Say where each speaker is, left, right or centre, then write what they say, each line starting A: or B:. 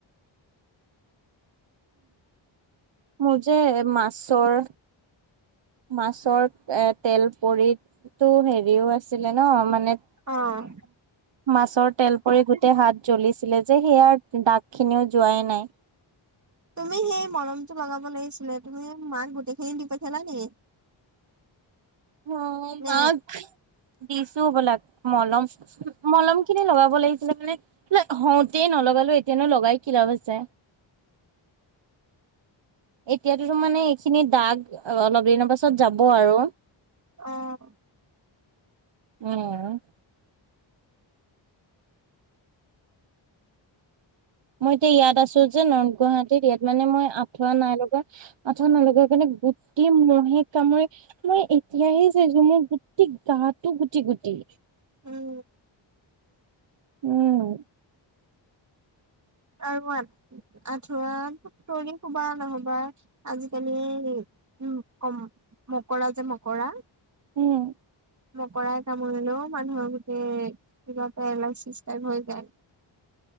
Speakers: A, on the right; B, on the right.
A: মোৰ যে মাছৰ মাছৰ এ তেল পৰিটো হেৰিও আছিলে ন মানে
B: অ'
A: মাছৰ তেল পৰি গোটেই হাত জ্বলিছিলে যে সেয়াৰ দাগখিনিও যোৱাই নাই।
B: তুমি সেই মলমটো লগাব লাগিছিলে তুমি মাক গোটেইখিনি দি পঠিয়ালা নেকি? <inaudible>
A: অ'
B: নে
A: মাক দিছো বোলাক, মলম মলম খিনি লগাব লাগিছিলে মানে হও তেই নলগালো এতিয়ানো লগাই কি লাভ আছে। এতিয়াতো তো মানে এইখিনি দাগ অলপ দিনৰ পাছত যাব আৰু।
B: অ'।
A: উম। মই এতিয়া ইয়াত আছো যে নৰ্থ গুৱাহাটীত ইয়াত মানে মই আঁঠুৱা নাই লগোৱা, আঁঠুৱা নলগোৱা কাৰণে গোটৈই ম'হে কামৰি মই এতিয়াহে চাইছো মোৰ গোটেই গাটো গুটি গুটি।
B: উম।
A: উম।
B: আৰু আঁঠুৱা তৰি শুবা নহবা আজিকালি উম কম, মকৰা যে মকৰা।
A: উম।
B: মকৰাই কামৰিলেও মানুহৰ গোটেই কিবা পেৰেলাইছিছ টাইপ হৈ যায়।